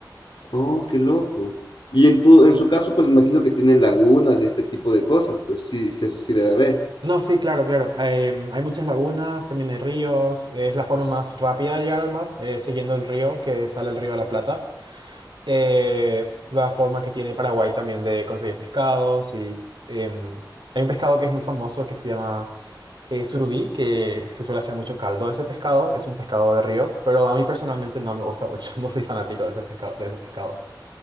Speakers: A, on the left (about 75°); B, on the right (about 80°).
A: Oh, qué loco. Y en tu, en su caso, pues imagino que tienen lagunas y este tipo de cosas. Pues sí, sí, eso sí debe haber.
B: No, sí, claro, claro. Em, hay muchas lagunas, también hay ríos. Es la forma más rápida de llegar al mar, eh, siguiendo el río que sale el río de la Plata. Eh, es la forma que tiene Paraguay también de conseguir pescados y... em, hay un pescado que es muy famoso que se llama eh, surubí, que se suele hacer mucho caldo de ese pescado, es un pescado de río, pero a mí personalmente no me gusta mucho, <laughs> no soy fanático de ese pescado, de ese pescado.